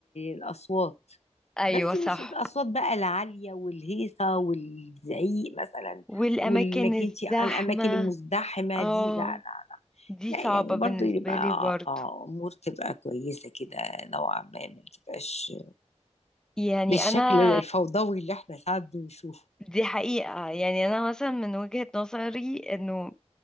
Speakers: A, on the left (about 70°); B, in the centre.
A: الاصوات
B: ايوه
A: بس
B: صح
A: مش الاصوات بقى العاليه والهيصه والزعيق مثلا
B: والأماكن
A: وانك
B: الزحمة
A: انت الاماكن المزدحمه
B: اه
A: دي لا لا
B: دي
A: لا
B: صعبة
A: يعني برضو
B: بالنسبة
A: يبقى
B: لي برضو
A: آه، امور تبقى كويسه كده نوعا ما ما تبقاش
B: يعني
A: بالشكل
B: أنا
A: الفوضوي اللي احنا ساعات بنشوفه
B: دي حقيقة يعني أنا مثلا من وجهة نظري أنه